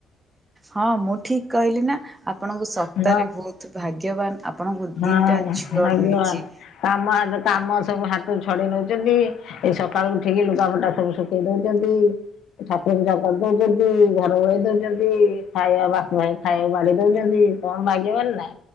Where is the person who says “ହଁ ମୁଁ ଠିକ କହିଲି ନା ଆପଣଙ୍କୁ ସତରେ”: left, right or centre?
Right